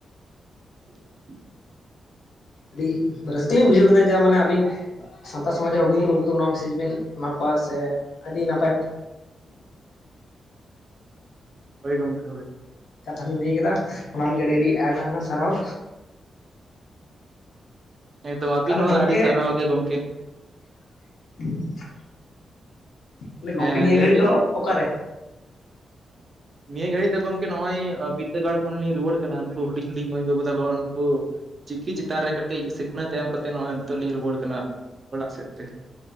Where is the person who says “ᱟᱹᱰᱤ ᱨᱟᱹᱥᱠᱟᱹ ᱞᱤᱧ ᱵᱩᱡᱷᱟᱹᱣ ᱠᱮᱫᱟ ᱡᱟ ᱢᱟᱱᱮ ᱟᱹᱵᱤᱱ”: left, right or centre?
Left